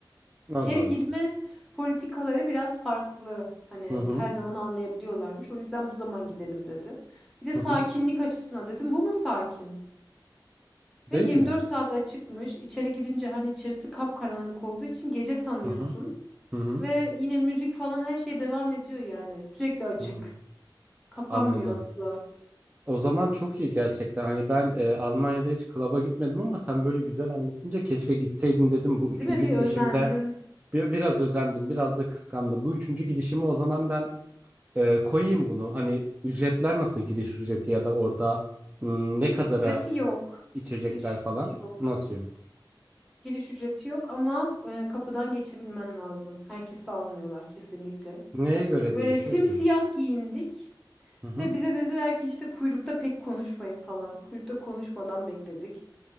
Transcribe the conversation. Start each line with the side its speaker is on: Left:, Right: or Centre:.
Right: Allah
Centre: İçeri
Right: Allah.
Centre: girme politikaları biraz farklı. Hani
Right: Hı hı.
Centre: her zaman almayabiliyorlarmış. O yüzden bu zaman gidelim dedi. Bir de sakinlik
Right: Hı hı.
Centre: açısından dedim bu mu sakin?
Right: Değil
Centre: Ve 24
Right: mi?
Centre: saat açıkmış. İçeri girince hani içerisi kapkaranlık olduğu için gece sanıyorsun.
Right: Hı hı. Hı hı.
Centre: Ve yine müzik falan her şey devam ediyor yani. Sürekli açık.
Right: Hı.
Centre: Kapanmıyor
Right: Anladım.
Centre: asla.
Right: O zaman çok iyi gerçekten. Hani ben e, Almanya'da hiç klaba gitmedim ama sen böyle güzel anlatınca keşke gitseydim dedim. Bu
Centre: Değil
Right: üçüncü
Centre: mi? Bir
Right: gidişimde
Centre: özendin.
Right: bir, biraz özendim, biraz da kıskandım. Bu üçüncü gidişimi o zaman ben e, koyayım bunu. Hani ücretler nasıl giriş ücreti ya da orada m, ne
Centre: Giriş
Right: kadara
Centre: ücreti yok.
Right: içecekler
Centre: Giriş
Right: falan
Centre: ücreti yok.
Right: nasıl yok?
Centre: Giriş ücreti yok ama e, kapıdan geçebilmen lazım. Herkesi almıyorlar kesinlikle.
Right: Neye göre
Centre: Böyle
Right: değişiyor
Centre: simsiyah
Right: ki?
Centre: giyindik
Right: Hı hı.
Centre: ve bize dediler ki işte kuyrukta pek konuşmayın falan. Kuyrukta konuşmadan bekledik.